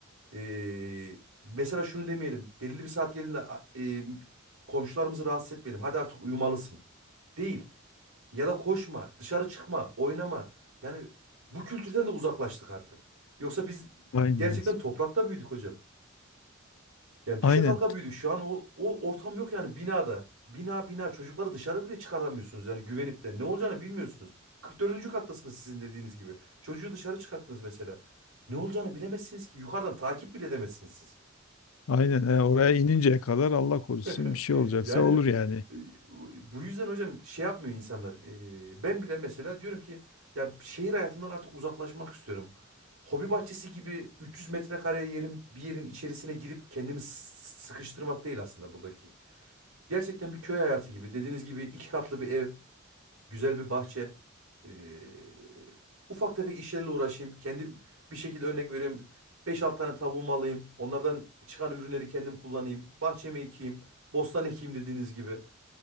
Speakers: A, on the right; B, on the left.
A: ee, mesela şunu demeyelim. Belirli bir saat geldiğinde a- e, komşularımızı rahatsız etmeyelim. Hadi artık uyumalısın. Değil. Ya da koşma, dışarı çıkma, oynama. Yani bu kültürden de uzaklaştık artık. Yoksa biz
B: Aynen.
A: gerçekten toprakta büyüdük hocam. Yani düşe
B: Aynen.
A: kalka büyüdük. Şu an o, o ortam yok yani binada. Bina bina çocukları dışarı bile çıkaramıyorsunuz yani güvenip de. Ne olacağını bilmiyorsunuz. 44. kattasınız sizin dediğiniz gibi. Çocuğu dışarı çıkarttınız mesela. Ne olacağını bilemezsiniz ki. Yukarıdan takip bile edemezsiniz siz.
B: Aynen. Yani oraya ininceye kadar Allah korusun
A: <laughs>
B: bir şey olacaksa
A: Yani
B: olur yani.
A: e, bu yüzden hocam şey yapmıyor insanlar. E, Ben bile mesela diyorum ki ya şehir hayatından artık uzaklaşmak istiyorum. Hobi bahçesi gibi 300 metrekare yerin bir yerin içerisine girip kendimi s- sıkıştırmak değil aslında buradaki Gerçekten bir köy hayatı gibi. Dediğiniz gibi iki katlı bir ev, güzel bir bahçe. Ee, ufak tefek işlerle uğraşayım. Kendim bir şekilde örnek vereyim. beş 6 tane tavuğumu alayım. Onlardan çıkan ürünleri kendim kullanayım. Bahçeme ekeyim. Bostan ekeyim dediğiniz gibi.